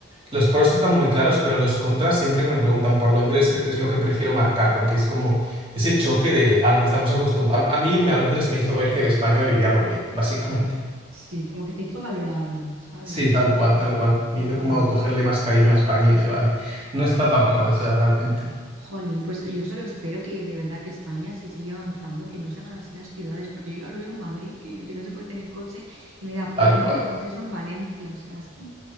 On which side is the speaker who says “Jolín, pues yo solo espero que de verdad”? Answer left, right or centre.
Right